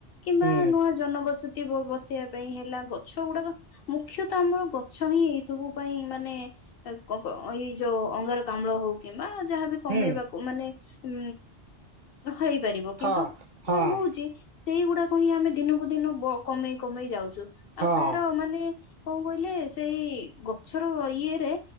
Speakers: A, on the left; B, on the right.
A: କିମ୍ବା
B: ହୁଁ
A: ନୂଆ ଜନବସତି ବ ଵସିବା ପାଇଁ ହେଲା ଗଛ ଗୁଡାକ ମୁଖ୍ୟତଃ ଆମର ଗଛ ହିଁ ଏଇ ସବୁ ପାଇଁ ମାନେ ଏଇ ଯୋଉ ଅଙ୍ଗର କାମ୍ଳ ହଉ କିମ୍ବା ଯାହାବି କମେଇବାକୁ
B: ହୁଁ
A: ମାନେ ଉ ହେଇପାରିବ
B: ହଁ
A: କିନ୍ତୁ
B: ହଁ
A: କଣ ହଉଛି ଚି ସେଇଗୁଡାକ ହିଁ ଆମେ ଦିନକୁ ଦିନ କମେଇ କମେଇ ଯାଉଛୁ
B: ହଁ
A: ଆଉ ତାର ମାନେ କଣ କହିଲେ ସେଇ ଗଛର ଇଏରେ